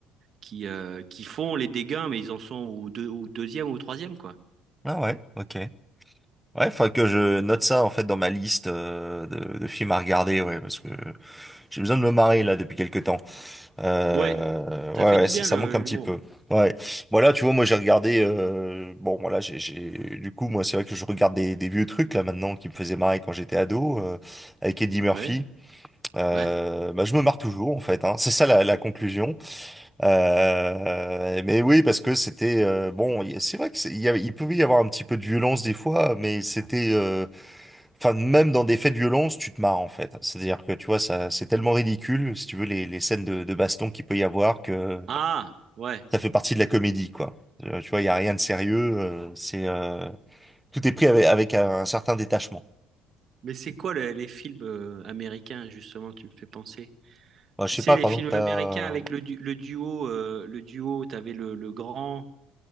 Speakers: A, on the right; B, in the centre.
A: qui euh, qui font les dégâts, mais ils en sont au deux, au deuxième ou au troisième, quoi.
B: Ah ouais, ok. Ouais, faut que je note ça en fait dans ma liste euh, de, de films à regarder, ouais, parce que j'ai besoin de me marrer là depuis quelques temps. Euh,
A: Ouais,
B: ouais,
A: ça fait du
B: ouais, ça,
A: bien
B: ça
A: le-
B: manque un petit
A: l'humour.
B: peu. Ouais. Voilà, tu vois, moi j'ai regardé. euh, bon, voilà, j'ai, j'ai. Du coup, moi, c'est vrai que je regarde des, des vieux trucs là maintenant qui me faisaient marrer quand j'étais ado euh, avec Eddie Murphy.
A: Ouais,
B: Euh,
A: ouais.
B: bah, je me marre toujours en fait. Hein. C'est ça la, la conclusion. Euh, mais oui, parce que c'était euh, bon. y- C'est vrai que c'est- il y a- il pouvait y avoir un petit peu de violence des fois, mais c'était. euh, Enfin, même dans des faits de violence, tu te marres en fait. C'est-à-dire que tu vois, ça, c'est tellement ridicule, si tu veux, les, les scènes de, de baston qu'il peut y avoir, que
A: Ah, ouais.
B: ça fait partie de la comédie, quoi. Euh, tu vois, il y a rien de sérieux. euh, c'est euh, tout est pris avec, avec un, un certain détachement.
A: Mais c'est quoi le- les films euh, américains justement? Tu me fais penser.
B: Bah,
A: Tu
B: je sais
A: sais,
B: pas,
A: les
B: par
A: films
B: exemple, t'as
A: américains avec le, du- le duo, euh, le duo, t'avais le, le grand